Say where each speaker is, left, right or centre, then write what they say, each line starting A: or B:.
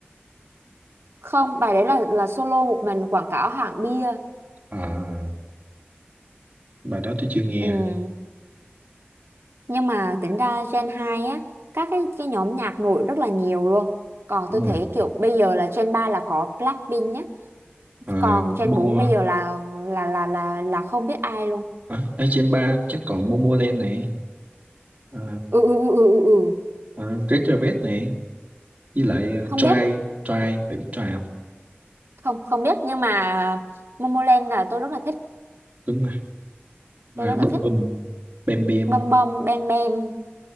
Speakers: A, on the right; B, on the right.
A: không, bài đấy là là solo một mình quảng cáo hãng bia.
B: à, bài đó tôi chưa nghe
A: Ừ. Nhưng mà tính ra Gen 2 á, các cái cái nhóm nhạc nổi rất là nhiều luôn. Còn
B: đúng
A: tôi thấy
B: rồi
A: kiểu bây giờ là Gen 3 là có Blackpink nhá
B: à,
A: còn Gen
B: Mo
A: 4 bây giờ là là là là là không biết ai luôn
B: à, ở trên ba chắc còn Momoland này à,
A: ừ ừ ừ ừ ừ ừ.
B: à, Red Velvet này với lại à,
A: không
B: Try
A: biết
B: Try phải biết Try không
A: không không biết nhưng mà Momoland là tôi rất là thích
B: đúng rồi
A: tôi
B: à,
A: rất
B: Bum
A: là thích
B: Bum bem, Bam
A: bom bom bang bang